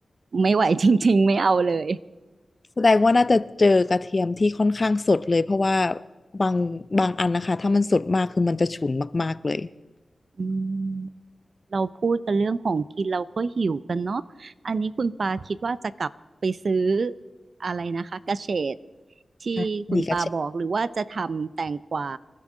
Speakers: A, on the right (about 70°); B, on the left (about 35°).
A: ไม่ไหวจริงๆไม่เอาเลย
B: แสดงว่าน่าจะเจอกระเทียมที่ค่อนข้างสดเลยเพราะว่าบางบางอันนะคะถ้ามันสดมากคือมันจะฉุนมากๆเลย
A: อืมเราพูดกันเรื่องของกินเราก็หิวกันเนาะอันนี้คุณปาคิดว่าจะกลับไปซื้ออะไรนะคะกระเฉดที่คุณปาบอกหรือว่าจะทำแตงกวา
B: ค่ะดีกระเชฟ